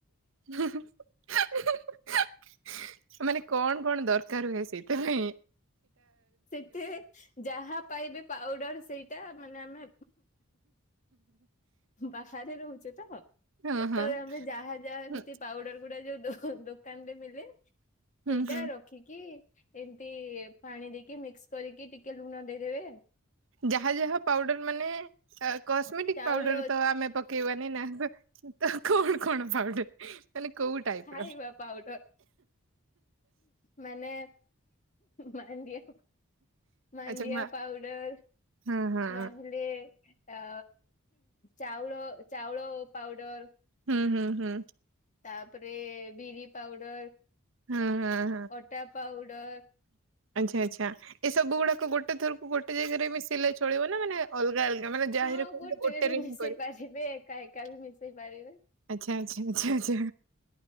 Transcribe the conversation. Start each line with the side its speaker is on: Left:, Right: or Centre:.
Right: ହେଁ। <inaudible> କଣ କଣ ଦରକାର ହୁଏ? ହୁଁ।
Left: ସେଥିରେ ଯାହା ପାଇବେ ପାଉଡର ସେଇଟା ମାନେ ଆମେ ବାହାରେ ରହୁ ସେତେବେଳେ
Right: ହଁ ହଁ
Left: ଆମେ ଯାହା ଯାହା
Right: ହୁଁ
Left: ଏମତି ପାଉଡର ଗୁଡା ଯୋଉ ଦୋଉ। <unintelligible> ଦୋକାନରେ ମିଲେ ସେଇଟା
Right: ହୁଁ ହୁଁ
Left: ରଖିକି ଏମତି ପାଣି ଦେଇକି ମିକ୍ସ କରିକି ଟିକେ ଲୁଣ ଦେଇଦେବେ।
Right: ଯାହା ଯାହା ପାଉଡର ମାନେ କସ୍ମେଟିକ
Left: ଚାଉଳ
Right: ପାଉଡର ତ ଆମେ ପକେଇବାନି ନା ତ କଣ? କଣ ପାଉଡର କୋଉ ଟାଇପ
Left: ଖାଇବା
Right: ର?
Left: ପାଉଡର ମାନେ ମାଣ୍ଡିଆ ମାଣ୍ଡିଆ
Right: ଆଚ୍ଛା ମା
Left: ପାଉଡର
Right: ହଁ ହଁ
Left: ନହେଲେ ଅ ଚାଉଳ ଚାଉଳ ପାଉଡର।
Right: ହୁଁ ହୁଁ ହୁଁ।
Left: ତାପରେ ବିରି ପାଉଡର।
Right: ହଁ ହଁ ହଁ
Left: ଅଟା ପାଉଡର।
Right: ଆଚ୍ଛା ଆଚ୍ଛା ଏ ସବୁ ଗୁଡାକ ଗୋଟେଥରକୁ ଗୋଟେ ଜାଗାରେ ବି ମି ସିଲେଇ ଚଳିବ ନା ମାନେ ଅଲଗା ଅଲଗା ମାନେ ଯାହିରେ
Left: ହଁ
Right: କରିଲେ
Left: ଗୋଟେରେ ବି ମିଶେଇ
Right: ହିଁ କରିବ
Left: ପାରିବେ ଏକା ଏକା ବି ମିଶେଇ ହେପାରିବେ।
Right: ଆଛା ଆଛା ଆଛା ଆଛ